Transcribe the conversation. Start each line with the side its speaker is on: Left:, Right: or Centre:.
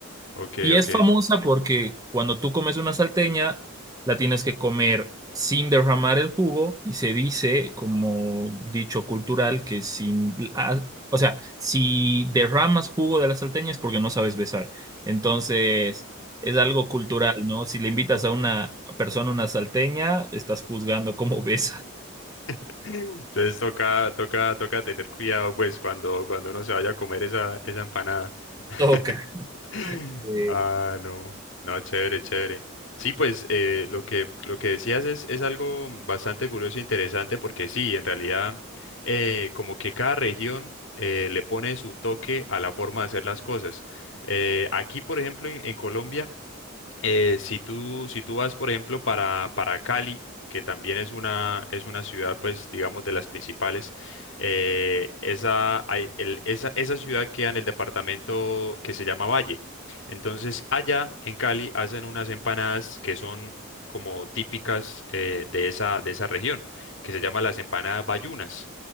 Left: Okay,
Right: y
Left: okay.
Right: es famosa porque cuando tú comes una salteña, la tienes que comer sin derramar el jugo y se dice, como dicho cultural, que sin, ah, o sea, si derramas jugo de la salteña es porque no sabes besar. Entonces, es algo cultural, ¿no? Si le invitas
Left: Ujú.
Right: a una persona una salteña, estás juzgando cómo <laughs> besa.
Left: <laughs> Entonces toca, toca, toca tener cuidado pues cuando, cuando uno se vaya a comer esa, esa empanada. <laughs>
Right: Toca. eh,
Left: Ah, no. No, chévere, chévere. Sí, pues eh, lo que, lo que decías es, es algo bastante curioso e interesante porque sí, en realidad eh, como que cada región eh, le pone su toque a la forma de hacer las cosas. Eh, aquí, por ejemplo, en en Colombia, eh, si tú, si tú vas, por ejemplo, para, para Cali, que también es una, es una ciudad, pues, digamos, de las principales, eh, esa, hay- el- esa, esa ciudad queda en el departamento que se llama Valle. Entonces, allá en Cali hacen unas empanadas que son como típicas eh, de esa, de esa región, que se llaman las empanadas bayunas.